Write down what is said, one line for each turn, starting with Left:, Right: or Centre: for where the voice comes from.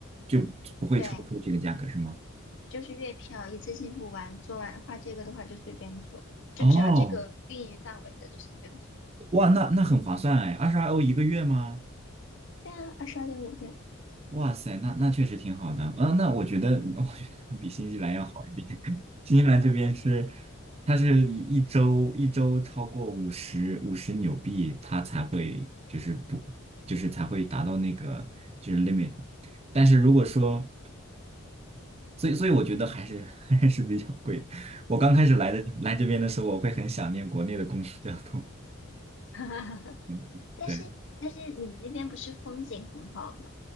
Right: 就不会超出这个价格是吗？
Left: 对，就是月票，一次性付完，做完画这个的话就随便做，就只要这个运营范围的就随便做。
Right: 哦，哇，那那很划算哎，二十二欧一个月吗？
Left: 对啊，二十二点五对，
Right: 哇塞，那那确实挺好的啊。那我觉得，<laughs> 我觉得比新西兰要好一点。<laughs> 新西兰这边是，它是一一周一周超过五十五十纽币，它才会就是不就是才会达到那个就是 limit。但是如果说，所以所以我觉得还是 <laughs> 还是比较贵的。我刚开始来的来这边的时候，我会很想念国内的公共交通。
Left: <laughs>
Right: 嗯，
Left: 但是但是你们那边不是风景很好吗？
Right: 对。